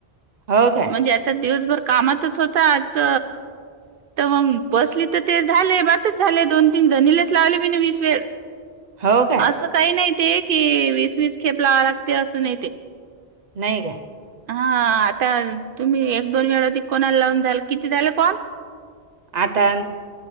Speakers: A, on the right; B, on the right.
A: हो काय
B: म्हणजे आता दिवसभर कामातच होता आजच तेव्हा बसली तर ते झाले बातच झाले. दोन तीन जणीलेच लावले मी वीस वेळ.
A: हो काय
B: असं काही नाही ते कि वीस वीस खेप लावाय लागते. असं नाही ते
A: नाही का.
B: हा आता तुम्ही एक- दोन वेळा ते कोणाला लावून झाल? किती झाले कॉल?
A: आता